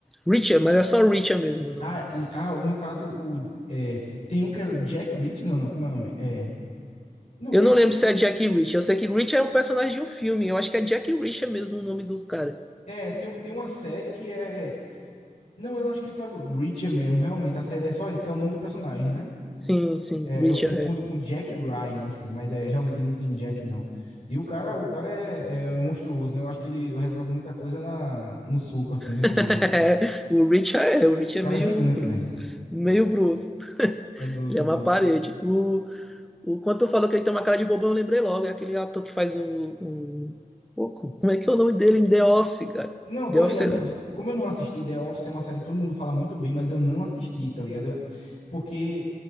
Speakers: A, in the centre; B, on the left (about 50°).
A: Reacher, mas é só Reacher mesmo. não-
B: Ah, e- ah, no caso, o, é, tem um que é o Jack Reach, não, não, como é o nome? É. Não,
A: Eu
B: tem
A: não
B: um
A: lembro se é Jack Reacher. Eu sei que Reacher é um personagem de um filme. Eu acho que é Jack Reacher mesmo o nome do cara.
B: É, tem, tem uma série que é. Não, eu acho que é só Reacher mesmo, realmente. A série é só isso, que é o nome do personagem, né?
A: Sim, sim,
B: É,
A: Reacher
B: eu confundo com Jack Ryan, assim, mas é realmente ele não tem Jack, não. E o cara, o cara é, é monstruoso, né? Eu acho que ele resolve muita coisa na, no soco, assim, né?
A: é. <laughs>
B: Pelo jeito.
A: O Reacher é, o Reacher
B: O cara
A: é meio,
B: é gigante,
A: bru-
B: velho.
A: meio bruto. <laughs>
B: É bruto,
A: Ele
B: é
A: é
B: bruto.
A: uma parede. O, O, quando tu falou que ele tem uma cara de bobão, eu lembrei logo. É aquele ator que faz o, o- o- Como é que é o nome dele em The Office, cara?
B: Não, tô
A: The
B: ligado.
A: Office. é-
B: The Office- Como eu não assisti, The Office é uma série que todo mundo fala muito bem, mas eu não assisti, tá ligado? Eu- Porque